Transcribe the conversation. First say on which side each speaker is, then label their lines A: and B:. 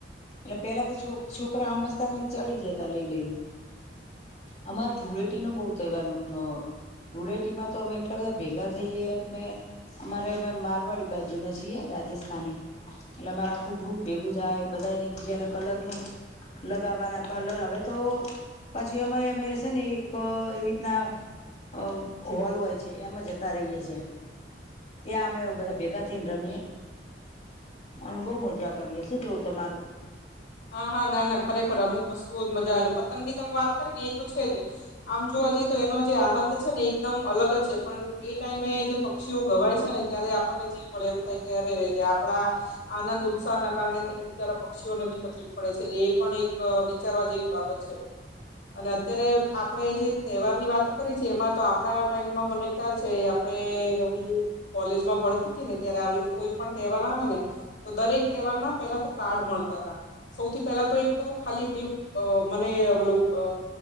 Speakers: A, on the left; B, on the left.
A: એટલે પેલા તો છો છોકરા હમજતા ને ચડી જતા લઈ લઈને.. અમારે ધૂળેટી નો બહુ તહેવાર નો અ, ધુળેટી માં તો અમે એટલા બધા ભેગા થઈએ ને.. અમારે અમે મારવાડી બાજુ ના છીએ રાજસ્થાની એટલે અમારે આખું ગ્રુપ ભેગું થાય, બધા ને એકબીજાના કલર નું લગાવવાના કલર હવે તો.. પાછુ એમાં એમે છે ને એક અ એ રીતના.. અ હોલ હોય છે એમાં જતા રહીએ છીએ. ત્યાં અમે બધા ભેગા થઈને રમીએે અન બહ મજા કરીએ શું કેવું? તમારું
B: હા હા ના ના ખરેખર અમુક વસ્તુઓ જ મજા આવે ને પતંગ ની તમે વાત કરી ને એ તો છે જ આમ જોવા જઈએ તો એનો જે આનંદ છે ને એકદમ અલગ જ છે પણ એ ટાઈમે જે પ.. ક્ષીઓ ઘવાય છે ને ત્યારે આપણને જીવ બળે એમ થાય કે અરે રે આપડા.. આનંદ ઉત્સાહ ના કારણે છે ને બિચારા પક્ષીઓને.. તકલીફ પડે છે એટલે એ પણ એક અ વિચારવા જેવી બાબત છે. અને અત્યારે આપણેે જે તહેવાર ની વાતો કરીએ છીએ એમાં તો આપડા ટાઈમમાં મને, ખ્યાલ છે આપણેે હું કોલેજમાં ભણતી તી ને ત્યારે આવી રીતે કોઈ પણ તહેવાર આવે ને.. તો દરેક તહેવાર ના પેલા તો કાર્ડ મળતા તા, સૌથી પહેલા તો એક તો ખાલી પેલું મને ઓલું અ..